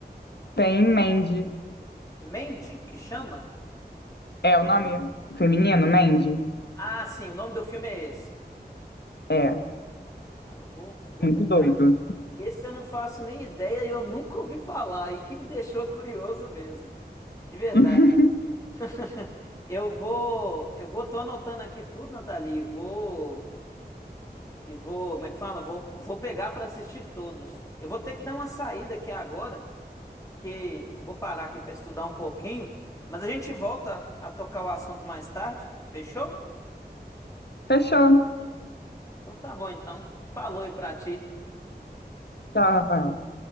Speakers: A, on the left; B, on the left.
A: Tem Mandy
B: Mandy, que chama?
A: É, o nome feminino, Mandy?
B: Ah, sim, o nome do filme é esse.
A: É,
B: Uai, eu vou, vou
A: muito
B: pegar.
A: doido.
B: Esse eu não faço nem ideia, eu nunca ouvi falar, e que me deixou curioso mesmo. De verdade.
A: <laughs>
B: <laughs> Eu vou, eu vou, tô anotando aqui tudo, Nathalie. e Vou. E vou, como é que fala? Vou, vou pegar para assistir todos. Eu vou ter que dar uma saída aqui agora, que eu vou parar aqui para estudar um pouquinho, mas a gente volta a tocar o assunto mais tarde, fechou?
A: Fechou.
B: Então tá bom então. Falou aí pra ti.
A: Tchau, Rafael.